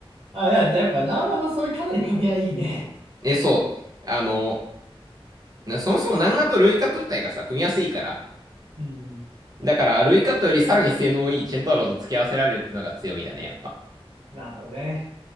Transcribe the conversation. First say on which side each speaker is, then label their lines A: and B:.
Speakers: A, on the right (about 80°); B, on the right (about 40°).
A: あ、いや、やっぱ、なあの、それかなり噛み合いいね。
B: え、そう。あのーそもそも南アとルイカット自体がさ、組み合わせいいから。
A: うんうん。
B: だから、ルイカットよりさらに性能いいチェンタロウと付き合わせられるってのが強みだね、やっぱ。
A: なるほどね。